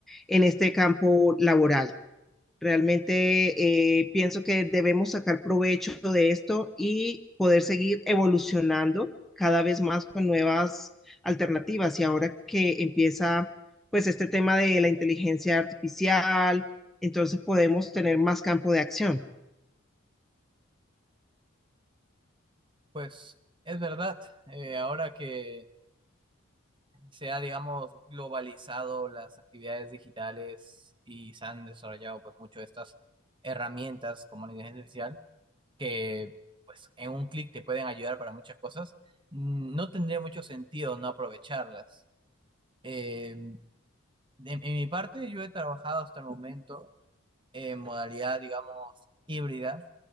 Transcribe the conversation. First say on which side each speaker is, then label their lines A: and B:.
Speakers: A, in the centre; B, on the right (about 25°).
A: en este campo laboral. Realmente eh, pienso que debemos sacar provecho de esto y poder seguir evolucionando cada vez más con nuevas alternativas. Y ahora que empieza pues este tema de la inteligencia artificial, entonces podemos tener más campo de acción.
B: Pues es verdad, eh, ahora que se ha, digamos, globalizado las actividades digitales y se han desarrollado pues mucho estas herramientas como la inteligencia artificial que pues en un clic te pueden ayudar para muchas cosas, mm, no tendría mucho sentido no aprovecharlas. Eh, de- en mi parte, yo he trabajado hasta el momento en modalidad, digamos, híbrida.